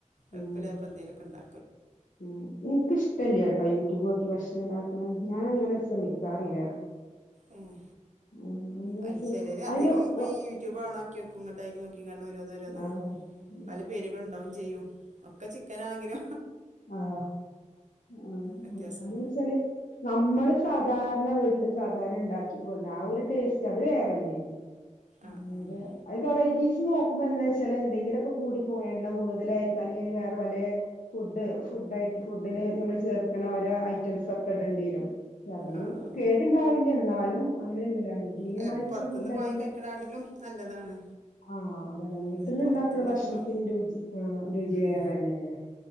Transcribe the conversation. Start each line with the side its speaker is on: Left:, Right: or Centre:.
Left: ഉം
Right: എള്പ്പല്ലെയൊക്കെ എന്തേലൊക്ക് ഇണ്ടാ
Left: ഉം ഇന്ക്കിഷ്ടല്ലാട്ടോ യൂട്യൂബോക്കി ഭക്ഷണ ഇണ്ടാ ന്ന് ഞാൻ അങ്ങനെ ശ്രമിക്കാറില്ല
Right: മ്മ്
Left: ഉം എന്താച്ചാല്
Right: അല്ല ചിലര് അധികം
Left: അയില്
Right: ഇപ്പൊ
Left: ഒ
Right: ഈ യൂട്യൂബ് ഓണാ നോക്കിക്കും ഇങ്ങട്ട് അയില് നോക്കി കാണ്ട് ഓരോന്ന് ഓരോന്ന്
Left: ആഹ് ഉം
Right: പല പേരുകളും ഉണ്ടാവും ചെയ്യും ഒക്കെ ചിക്കൻ നാണെങ്കിലോ
Left: ആ ആ
Right: വ്യത്യാസം
Left: എന്നുവെച്ചാല് നമ്മള് സധ സാധാരണ വീട്ടിൽ സാധാരണ ഉണ്ടാക്കി പോര്ണ ആ ഒരു ടേസ്റ്റ് അത് വേറെ തന്നെയാണ് അ
Right: ആഹ് ആഹ്
Left: അതെ അതര നോക്കുമ്പോ എന്താ വെച്ചാ എന്തെിലൊക്കെ കൂടിപ്പോ എണ്ണ കൂടുതലായിരിക്കും അല്ലെങ്ക വേറെ വലേ ഫുഡ് ഫുഡ്ട്ട് ഫുഡിന് നമ്മൾ ചേർക്കണ ഓരോ ഐറ്റംസ് ഒക്കെ ഇടേണ്ടി വരും പക്ഷെ അതൊന്നും
Right: ആഹ് ആഹ്
Left: കേടുണ്ടാവില്ല എന്നാലും അങ്ങനെയല്ലല്ലോ അനുവദനീയമായിട്ടുള്ള
Right: അല്ല നമ്മൾ പുറത്തുനിന്ന്
Left: ഫുഡ് ഐറ്റം
Right: വാങ്ങി കഴിക്കണാട്ടിലും നല്ലതാണ്
Left: ആഹ അതാണ് വീട്ടിൽന്ന്
Right: എന്താ വെച്ചാ പുറത്തുനിന്ന്
Left: ഉണ്ടാക്കുന്ന
Right: നമ്മൾ
Left: ഭക്ഷണത്തിന്
Right: വാ
Left: രുചി ആ രുചി
Right: ഉം
Left: വേറെ തന്നെയാണ്